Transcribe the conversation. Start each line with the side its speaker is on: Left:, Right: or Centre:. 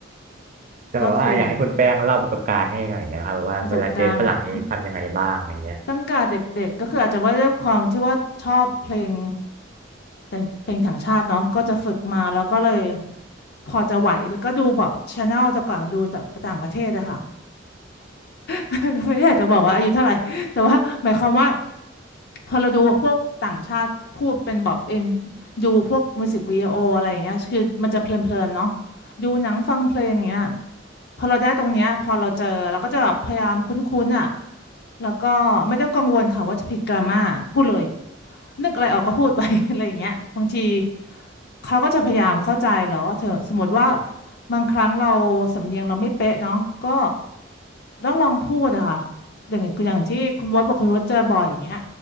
Right: แต่แบบว่าอยากให้คุณแป้งเล่าประสบการณ์ให้หน่อยนะครับแบบว่าเวลาเจอฝรั่งนี่ทำยังไงบ้างอะไรเงี้ย
Left: ก็คือประสบการณ์หลังตั้งแต่เด็กๆก็คืออาจจะว่าด้วยความที่ว่าชอบเพลงแต่งเพลงถังชาติเนาะก็จะฝึกมาแล้วก็เลยพอจะไหวแล้วก็ดูแบบชาแนลแต่ก่อนดูจากต่างประเทศอะค่ะ <laughs> ไม่อยากจะบอกว่าอายุเท่าไหร่ <laughs> แต่ว่าหมายความว่าพอเราดูพวกต่างชาติพูดเป็นแบบเอ็มดูพวกมิวสิกวิดีโออะไรอย่างเงี้ยคือมันจะเพลินๆเนาะดูหนังฟังเพลงอย่างเงี้ยพอเราได้ตรงเนี้ยพอเราเจอเราก็จะแบบพยายามคุ้นๆอ่ะแล้วก็ไม่ต้องกังวลค่ะว่าจะผิดกราม่าพูดเลยนึกอะไรออกก็พูดไป <laughs> อะไรอย่างเงี้ยบางทีเขาก็จะพยายามเข้าใจแล้วว่าเธอสมมติว่าบางครั้งเราสำเนียงเราไม่เป๊ะเนาะก็ ต้องลองพูดอะค่ะอย่างอย่างที่คุณวอดบอกคุณวอดเจอบ่อยอย่างเงี้ย